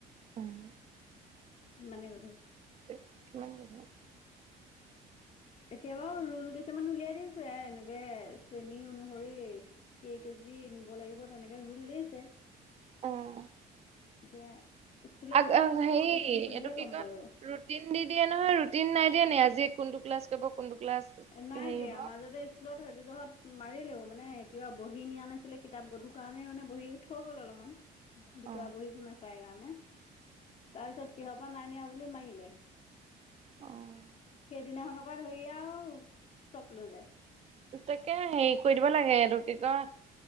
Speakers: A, on the right; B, on the left.
A: উম।
B: ইমানে গধুৰ।
A: এ ইমাম গধুৰ।
B: এতিয়া বাৰু ৰুল কিছুমান উলিয়াই দিছে এনেকে শ্ৰেণী অনুসৰি কেই কেজি নিব লাগিব তেনেকে ৰোল দিছে।
A: অ'।
B: এতিয়া স্কুলে
A: আগ
B: বন্ধ পৰিলে
A: হেৰি
B: এতিয়া স্কুল খুলিলেহে
A: এইটো কি
B: গম
A: কয়
B: পোৱা যাব।
A: ৰুটিন দি দিয়ে নহয় ৰুটিন নাই দিয়ে নে আজি কোনটো ক্লাছ কৰিব কোনটো ক্লাছ
B: নাই
A: হেৰি
B: দিয়া
A: হ'ব
B: মাজতে <unintelligible> মাৰিলেও মানে কিবা বহী নিয়া নাছিলে কিতাপ গধুৰ কাৰণে মানে বহী <unintelligible> <unintelligible> গ'ল অলপমান ভিতৰা
A: অ
B: বহীবোৰ নাচায় কাৰণে তাৰপিছত কি হ <unintelligible> <unintelligible> নাই নিয়া বুলি মাৰিলে।
A: অ।
B: সেইদিনাখনৰ পৰা ধৰি আও চপ লৈ যায়।
A: তাকে হেৰি কৰি দিব লাগে এইটো কি কয়